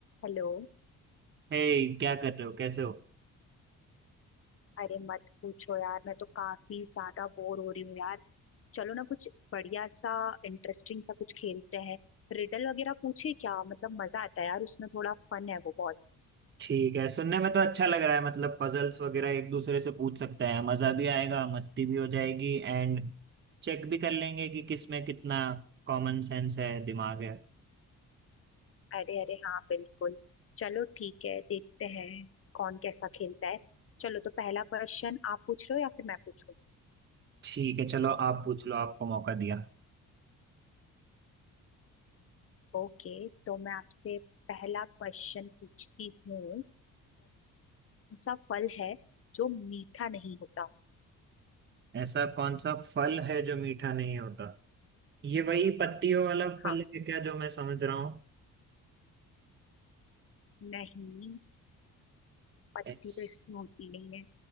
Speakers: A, on the left; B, on the right.
A: Hello
B: हे क्या कर रहे हो कैसे हो
A: अरे मत पूछो यार मैं तो काफी ज्यादा बोर हो रही हूँ यार चलो ना कुछ बढ़िया सा इंटरेस्टिंग सा कुछ खेलते हैं रिडल वगैरह पूछे क्या मतलब मजा आता है यार उसमें थोड़ा फन है वो बहुत
B: ठीक है सुनने में तो अच्छा लग रहा है मतलब पजल्स वगैरह एक दूसरे से पूछ सकते हैं मजा भी आएगा मस्ती भी हो जाएगी एंड चेक भी कर लेंगे कि किस में कितना कॉमन सेंस है दिमाग है
A: अरे अरे हाँ बिल्कुल चलो ठीक है देखते हैं कौन कैसा खेलता है चलो तो पहला क्वेश्चन आप पूछ रहे हो या फिर मैं पूछूं
B: ठीक है चलो आप पूछ लो आपको मौका दिया
A: ओके तो मैं आपसे पहला क्वेश्चन पूछती हूँ ऐसा फल है जो मीठा नहीं होता
B: ऐसा कौन सा फल है जो मीठा नहीं होता ये वही पत्तियों वाला फल
A: हाँ
B: है क्या जो मैं समझ रहा हूँ
A: नहीं पत्ती
B: ऐस-
A: तो इसमें होती नहीं है